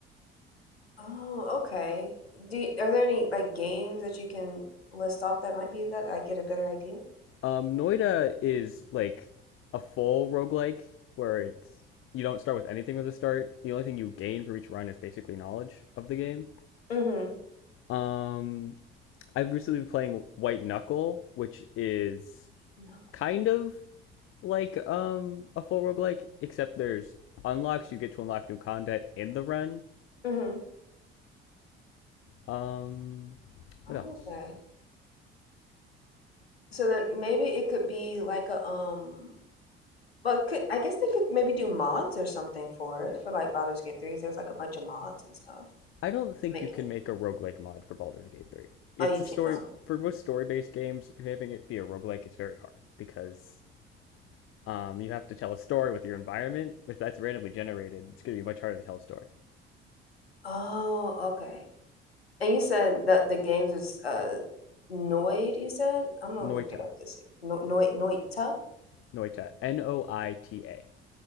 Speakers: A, on the left; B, on the left.
A: Oh, okay. Do y- are there any like games that you can list off that might be that I get a better idea?
B: Um, Noida is like a full roguelike where it's you don't start with anything from the start. The only thing you gain for each run is basically knowledge of the game.
A: Mm-hmm.
B: Um, I've recently been playing White Knuckle, which is
A: No.
B: kind of like um, a full roguelike, except there's unlocks you get to unlock new content in the run
A: Mm-hmm.
B: Um,
A: Oh,
B: what else?
A: okay. So then maybe it could be like a um well could I guess they could maybe do mods or something for it for like Baldur's Gate Three? There's like a bunch of mods and stuff
B: I don't think
A: to make
B: you can
A: it
B: make a roguelike mod for Baldur's Gate 3. It's
A: oh you
B: a
A: can't
B: story
A: own. oh.
B: for most story-based games, having it be a roguelike is very hard because um, you have to tell a story with your environment. If that's randomly generated, it's going to be much harder to tell a story.
A: Oh, okay. And you said that the games is uh Noid, you said? I'm gonna
B: Noita,
A: look it up to see. No Noid Noita?
B: Noita, N O I T A.